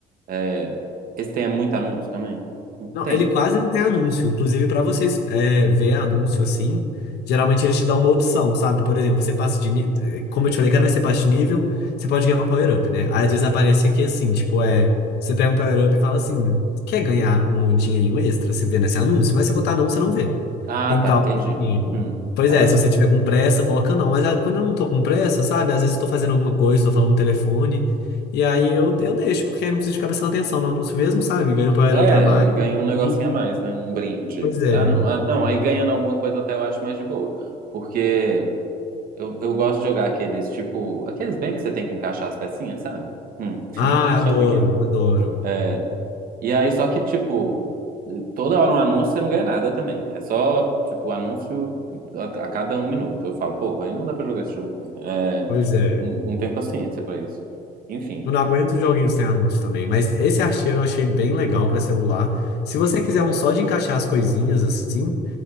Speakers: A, on the right (about 60°); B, on the left (about 75°).
A: É, esse tem muito anúncio também? Hum,
B: Não,
A: Tem.
B: ele quase não tem anúncio. Inclusive, para vocês é, ver anúncio assim, geralmente eles te dão uma opção, sabe? Por exemplo, você passa de nível. Como eu te falei, cada vez que você passa de nível, você pode ganhar um power-up, né? Aí às vezes aparece aqui assim, tipo, é. Você pega um power-up e fala assim: quer ganhar um dinheirinho extra? Você vê nesse anúncio, mas se botar não, você não vê.
A: Ah,
B: Então,
A: tá, entendi.
B: assim,
A: Hum,
B: pois
A: ah,
B: é, se você tiver com pressa, coloca não. Mas ah, quando eu não tô com pressa, sabe? Às vezes eu tô fazendo alguma coisa, tô falando no telefone. E aí eu, eu deixo, porque aí não preciso ficar prestando atenção no anúncio mesmo, sabe? Ganho um power
A: é,
B: up a mais.
A: e ganha um negocinho
B: E-
A: a mais, né? Um brinde.
B: pois é.
A: Ah, não. Ah, não, aí ganhando alguma coisa até eu acho mais de boa. Porque eu, eu gosto de jogar aqueles, tipo, aqueles bem que você tem que encaixar as pecinhas, sabe? Hum, <laughs>
B: Ah,
A: Como que
B: adoro,
A: chama aquilo?
B: adoro.
A: É, E aí, só que, tipo, toda hora um anúncio, você não ganha nada também. É só, tipo, anúncio a, a cada um minuto. Eu falo, porra, aí não dá pra jogar esse jogo. É,
B: Pois é.
A: não, não tenho paciência pra isso. Enfim.
B: Eu não aguento os joguinhos sem anúncio também. Mas esse arteiro eu achei bem legal pra celular. Se você quiser um só de encaixar as coisinhas assim.